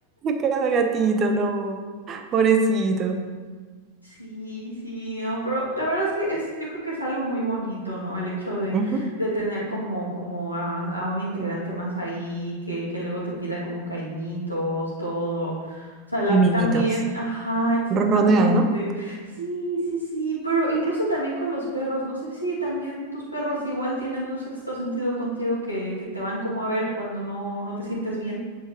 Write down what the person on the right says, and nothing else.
Cada gatito, no. Pobrecito.
Ujú,
Mimiditos.
Ronronean, ¿no?